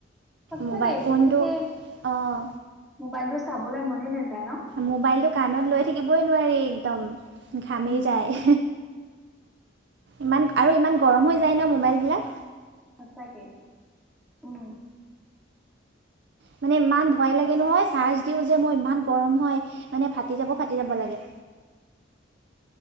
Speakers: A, in the centre; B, on the right (about 60°).
A: সঁচাকে
B: মোবাইল
A: বেছিকে
B: ফোনটো অঁ
A: মোবাইলটো চাবলে মনে নাযায়। ন'?
B: মোবাইলটো কাণত লৈ থাকিবই নোৱাৰি একদম। ঘামি
A: উম
B: যায়। ইমান আৰু ইমান গৰম হৈ যায় ন' মোবাইল বিলাক।
A: সঁচাকে উম।
B: মানে ইমান ভয় লাগে নহয় চাৰ্জ দিওঁ যে মই, ইমান গৰম হয় মানে ফাটি যাব ফাটি যাব লাগে।
A: <inaudible>